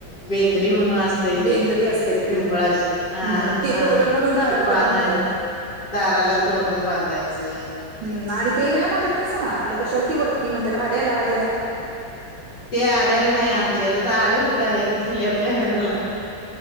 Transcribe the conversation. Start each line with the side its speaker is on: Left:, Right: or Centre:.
Left: बेंद्री म्हणून अस ते
Right: बेंदरी असते ती
Left: पिंपळाची हा
Right: हम्म ते
Left: हा
Right: तोरण म्हणून दाराला
Left: त पान
Right: पण बांधतात
Left: दाराला तोरण बांधायचं
Right: हम्म आणि ते हे्याला बधत नाहीसा आपल्या कशाल ती वरती म्हणतात आड्याला आड्याला
Left: ते आड्याल नाही आमच्या तर आता आड कुठं आहे स्लबच्या घराला